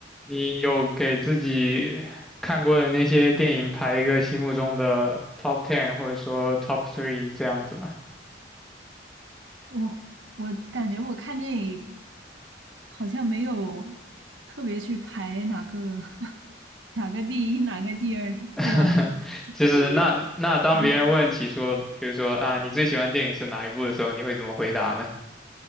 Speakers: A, in the centre; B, on the right (about 80°).
A: 你有给自己看过的那些电影排一个心目中的 top ten 或者说 top three 这样子吗？
B: 我我感觉我看电影好像没有特别去排哪个 <laughs> 哪个第一哪个第二这样子，
A: <laughs> 就是那那当别人问起说，
B: 就是 <laughs>
A: 比如说啊，你最喜欢电影是哪一部的时候，你会怎么回答呢？